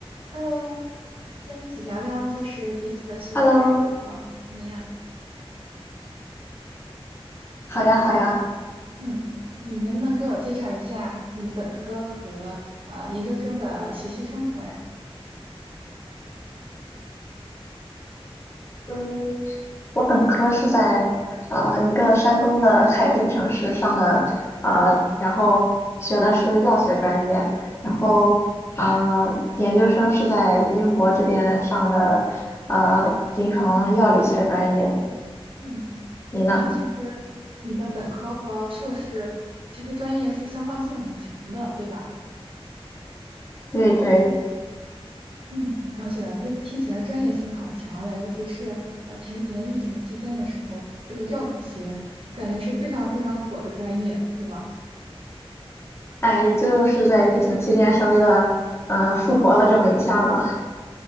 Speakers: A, on the right; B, on the left.
A: Hello，今天一起聊聊就是彼此的学校生活怎么样？
B: Hello，好呀，好呀，
A: 嗯，你能不能给我介绍一下你本科和呃研究生的学习生活呀？
B: 嗯，我本科是在呃一个山东的海滨城市上的，
A: 嗯
B: 呃，然后学的是药学专业，
A: 嗯，
B: 然后呃研究生是在英国这边上的，呃临床药理学专业。
A: 嗯，
B: 你呢？
A: 所以其实你的本科和硕士其实专业是相关性很强的，对吧？
B: 对对，
A: 嗯，了解了，这听起来专业性好强呀，尤其是呃前几年疫情期间的时候，这个药理学我感觉是非常非常火的专业，对吧？
B: 哎，也就是在疫情期间稍微的呃复活了这么一下吧。